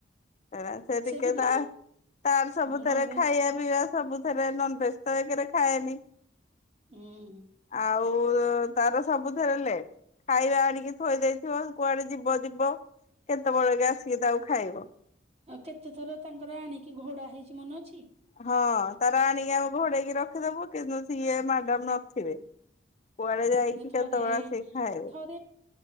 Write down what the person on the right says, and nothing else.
ବି ତ
ନନଭେଜ
ହୁଁ।
ଆଉ କେତେ ଥର ତାଙ୍କର ଆଣିକି ଘୋଡା ହେଇଛି ମନେ ଅଛି?
କିନ୍ତୁ ଥରେ
<unintelligible>